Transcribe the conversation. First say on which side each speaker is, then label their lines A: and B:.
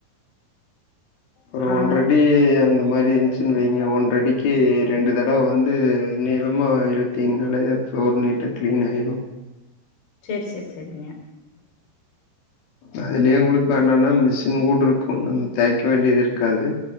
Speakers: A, on the left; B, on the left.
A: ஒரு
B: ஆ.
A: ஒன்றடி அந்த மாரி இருந்ச்சுன் வைங்க ஒன்றடிக்கு ரெண்டு தடவ வந்து நீளமா இழுத்திங்கனாவே ஃப்ளோர் நீட்டா க்ளீன் ஆயிரும்
B: சேர் சேர் சேரிங்க
A: அதுலயே உங்களுக்கு என்னன்னா மிஷின் போட்ருக்கும் நம்ம தேய்க்க வேண்டிது இருக்காது